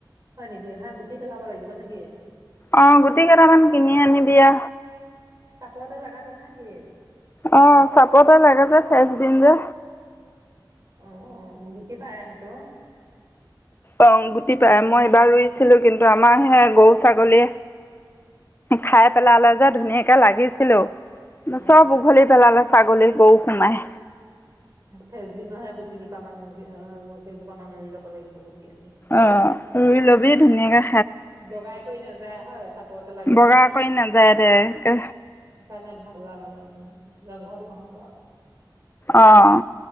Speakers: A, on the right; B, on the left.
A: হয় নেকি হা গুটি পেলাব লাগিব নেকি
B: আহ গোটি কেইটামান কিনি আনি বি আ
A: চাপৰতে লগাতো ন কি
B: অ চাপতে লাগে যে ফেচ বিন যে
A: আহ গুটি পাই সেইটো
B: অ গুটি পাই মই এইবাৰ ৰুইছিলো কিন্তু আমাৰ সে গৰু ছাগলী খাই পেলালে যে ধুনীয়াকে লাগিছিলো
A: অ
B: চব উঘলি পেলালে ছাগলী গৰু সোমায়
A: ফেচবিন নহে গুটি দুটামান কেইজোপা মান ৰুই ল'ব লাগিব গুটি আনি।
B: অ ৰুইলবি ব ধুনীয়া
A: বগাই কৰি নাযায় হয় চাপৰতে লাগে
B: বগা
A: যে
B: কৰি নাযায় দে একে
A: সেইকাৰণে ভাল আৰু মানে উ জংঘল নহ'ব আও
B: অঁ